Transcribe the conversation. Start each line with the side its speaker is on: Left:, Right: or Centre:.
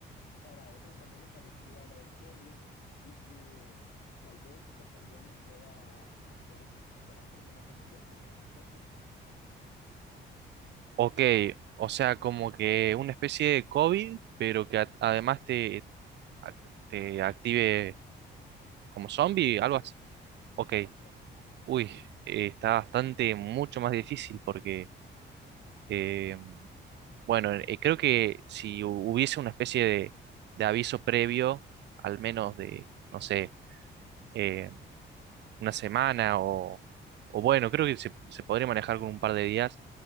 Left: para otra pandemia parecida a la del COVID y que tal vez esta pandemia pueda hacer que las personas se conviertan como en zombies? No sé
Right: Ok, o sea, como que una especie de COVID, pero que a- además te, a- te active como zombie,
Left: Exacto.
Right: algo así. Ok,
Left: Ajá, exacto.
Right: uy, eh, está bastante mucho más difícil porque, eh, bueno, eh, creo que si hu- hubiese una especie de, de aviso previo, al menos de, no sé, eh, una semana o, o bueno, creo que se, se podría manejar con un par de días,